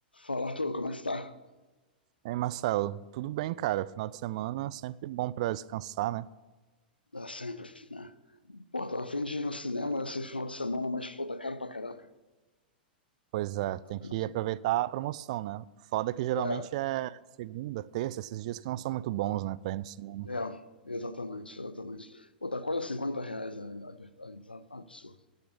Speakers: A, on the left (about 80°); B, on the right (about 45°).
A: Fala, Arthur, como é que você tá?
B: Ei, Marcelo, tudo bem, cara? Final de semana é sempre bom pra descansar, né?
A: Dá sempre, né? Pô, tava afim de ir no cinema esse final de semana, mas, pô, tá caro pra caraca.
B: Pois é,
A: Tá?
B: tem
A: vendo?
B: que aproveitar a promoção, né? Foda que geralmente
A: É,
B: é segunda, terça, esses dias que não são muito bons, né, pra ir no cinema.
A: é, exatamente, exatamente. Pô, tá quase 50 reais a, a, a entrada, tá um absurdo.